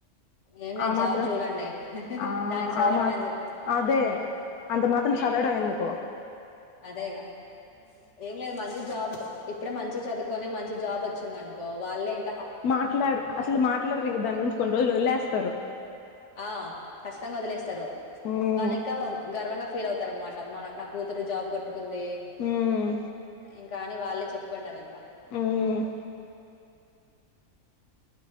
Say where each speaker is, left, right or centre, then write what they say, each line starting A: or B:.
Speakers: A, on the left; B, on the left.
A: ఏం లేదు
B: ఆ మాత్రం
A: జాబ్ చూడండి
B: ఆ
A: దానికి చదవడం
B: ఆ మాత్
A: ఎందుకు
B: అదే అంత మాత్రం చదవడం
A: హ్మ్.
B: ఎందుకో
A: అదేగా ఏం లేదు మంచి జాబు ఇప్పుడే మంచిగ చదు కొని మంచి జాబ్ వచ్చింది అనుకో వాళ్ళే ఇం
B: మాట్లాడ అసలు మాట్లాడరు ఇంక దాని గురించి కొన్ని రోజులు వదిలేస్తరు
A: ఆ ఖచ్చితంగా వదిలేస్తరు
B: మ్మ్
A: వాళ్ళు ఇంకా గర్వంగా ఫీల్ అవుతారు అన్నమ మన నా కూతురు జాబ్ కొట్టుకుంది
B: మ్మ్
A: ఇంకా అని వాళ్ళే చెప్పుకుంటారు ఇంకా
B: ఉమ్